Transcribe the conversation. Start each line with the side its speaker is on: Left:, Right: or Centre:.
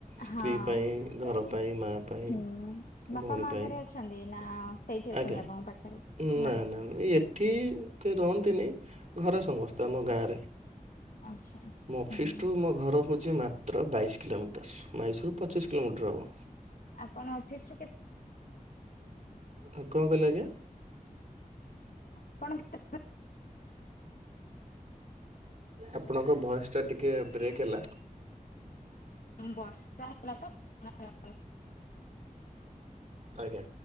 Right: ସ୍ତ୍ରୀ
Left: ହଁ
Right: ପାଇଁ,
Left: ଏଇଟା
Right: ଘର ପାଇଁ, ମାଆ ପାଇଁ,
Left: ହୁଁ ବାପା
Right: ଭଉଣୀ
Left: ମା
Right: ପାଇଁ
Left: ଘରେ ଅଛନ୍ତି ନା ସେଇଠି ଅଛନ୍ତି
Right: ଆଜ୍ଞା
Left: ଆପଣଙ୍କ ପାଖରେ ଘରେ
Right: ନା ନା। ଏଠି କେହି ରହନ୍ତିନି ଘର ସମସ୍ତେ ଆମ ଗାଁରେ।
Left: ଆଚ୍ଛା।
Right: ମୋ ଅଫିସଠୁ
Left: ହୁଁ
Right: ମୋ ଘର ହୁଛି ମାତ୍ର ବାଇଶ କିଲୋମିଟର୍ ବାଇଶ ରରୁ ପଚିଶ କିଲୋମିଟର ହେବ।
Left: ଆପଣ ଅଫିସ ରୁ କେତେ
Right: ହ କଣ କହିଲେ ଆଜ୍ଞା?
Left: ଆପଣ କେତେ
Right: ଆପଣଙ୍କ ଭଏସ୍ ଟା ଟିକେ ବ୍ରେକ୍ ହେଲା।
Left: ବର୍ଷା ହେଲା ତ <inaudible>
Right: ଆଜ୍ଞା।